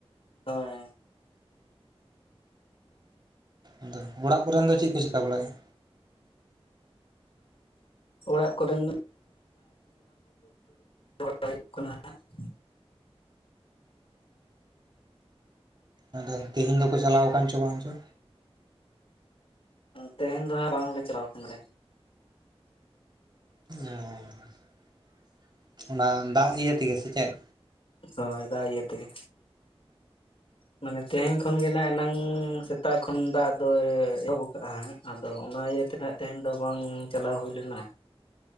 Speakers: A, on the left; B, on the right.
A: ᱦᱳᱭ
B: ᱟᱫᱚ ᱚᱲᱟᱜ ᱠᱚᱨᱮᱱ ᱫᱚ ᱪᱤᱜ ᱠᱚ ᱪᱤᱠᱟ ᱵᱟᱲᱟᱭᱮᱜ-ᱟ?
A: ᱚᱲᱟᱜ ᱠᱚᱨᱮᱱ <inaudible> <inaudible>
B: ᱚᱸ ᱟᱫᱚ ᱛᱮᱦᱮᱧ ᱫᱚᱠᱚ ᱪᱟᱞᱟᱣ ᱟᱠᱟᱱ ᱪᱚ ᱵᱟᱝ ᱪᱚ?
A: ᱛᱮᱦᱮᱧ ᱫᱚ ᱦᱟᱸᱜ ᱵᱟᱝᱞᱮ ᱪᱟᱞᱟᱣ ᱠᱟᱱ ᱛᱟᱸᱦᱮᱱ᱾
B: <unintelligible> ᱚᱱᱟ ᱫᱟᱜ ᱤᱭᱟᱹ ᱛᱮᱜᱮ ᱥᱮ ᱪᱮᱫ?
A: ᱦᱳᱭ ᱫᱟᱜ ᱤᱭᱟᱹ ᱛᱮᱜᱮ᱾ ᱢᱟᱱᱮ ᱛᱮᱦᱮᱧ ᱠᱷᱚᱱ ᱜᱮ ᱱᱟᱜ ᱮᱱᱟᱝ ᱥᱮ ᱛᱟᱜ ᱠᱷᱚᱱ ᱫᱟᱜ ᱫᱚᱭ ᱮᱦᱚᱵ ᱠᱟᱜ-ᱟ ᱦᱟᱸᱜ ᱟᱫᱚ ᱚᱱᱟ ᱤᱭᱟᱹᱛᱮ ᱱᱟᱦᱟᱜ ᱛᱮᱦᱮᱧ ᱫᱚ ᱵᱟᱝ ᱪᱟᱞᱟᱣ ᱦᱩᱭ ᱞᱮᱱᱟ᱾